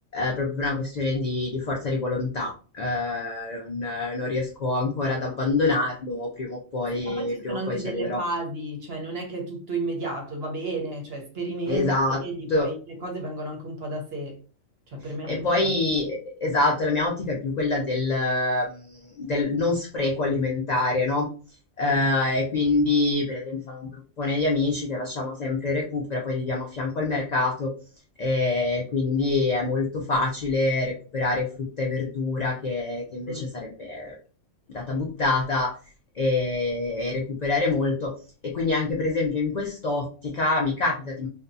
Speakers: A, on the left; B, on the right.
A: proprio per una questione di di forza di volontà, uhm, non non riesco ancora ad abbandonarlo, prima o poi
B: Ma sì, ma poi ci
A: prima
B: sono
A: o
B: anche
A: poi ci
B: delle
A: arriverò.
B: fasi, cioè non è che è tutto immediato, va bene, cioè sperimenta,
A: Esatto.
B: vedi, poi le cose vengono anche un po' da sé, cioè per me
A: E
B: appunto,
A: poi, esatto, la mia ottica è più quella del, ehm, del non spreco alimentare, no? Eh,
B: esatto.
A: e quindi, per esempio, sono un gruppone di amici che facciamo sempre recupera, poi viviamo a fianco al mercato, e quindi è molto facile recuperare frutta e verdura che, che invece
B: Mm.
A: sarebbe data buttata e, e recuperare molto. E quindi anche, per esempio, in quest'ottica mi capita di